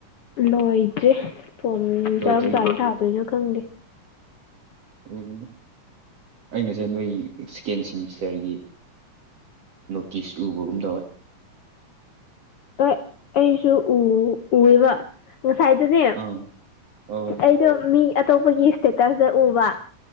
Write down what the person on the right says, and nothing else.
ꯂꯣꯏꯗ꯭ꯔꯤ
ꯑꯣ ꯑꯩ ꯉꯁꯤ ꯅꯣꯏ ꯁꯦꯀꯦꯟ ꯁꯦꯃꯤꯁꯇꯔꯒꯤ ꯅꯣꯀꯤꯁꯇꯨ ꯎꯕꯒꯨꯝ ꯇꯧꯋꯦ
ꯑꯥ ꯑꯧ